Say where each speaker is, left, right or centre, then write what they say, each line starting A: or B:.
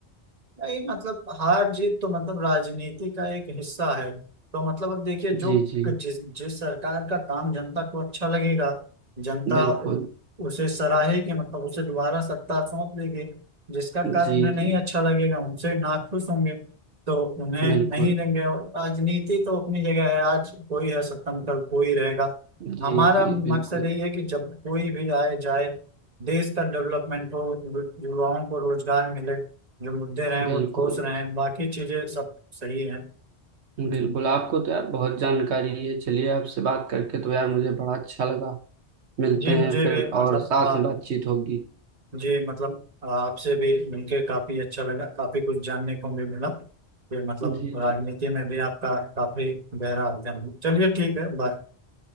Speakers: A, on the right; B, on the right.
A: नहीं मतलब हार जीत तो मतलब राजनीति का एक हिस्सा है तो मतलब अब देखिए जो
B: जी जी
A: जिस जिस सरकार का काम जनता को अच्छा लगेगा जनता
B: बिल्कुल
A: उ- उसे सराहेगी मतलब उसे दोबारा सत्ता सौंप देगी जिसका कार्य
B: जी
A: उन्हें नहीं
B: जी
A: अच्छा लगेगा उनसे नाखुश होंगे तो उन्हें
B: बिल्कुल
A: नहीं देंगे और राजनीति तो अपनी जगह है आज कोई है सत्ता में, कल कोई रहेगा
B: जी
A: हमारा
B: जी
A: मकसद
B: बिल्कुल
A: यही है कि जब कोई भी आए जाए देश का डेवलपमेंट हो यु- युवाओं को रोजगार मिले जो मुद्दे रहे हैं
B: बिल्कुल
A: वो ठोस रहे हैं बाकी चीजें सब सही हैं हम्म।
B: बिल्कुल आपको तो यार बहुत जानकारी है चलिए आपसे बात करके तो यार मुझे बड़ा अच्छा लगा मिलते
A: जी मुझे
B: हैं फिर
A: भी मतलब
B: और साथ
A: आप
B: में बातचीत होगी
A: जी मतलब आपसे भी मिलके काफी अच्छा लगा काफी कुछ जानने को भी मिला कि मतलब
B: जी
A: राजनीति
B: जी
A: में भी आपका काफी गहरा अध्ययन है। चलिए ठीक है बाय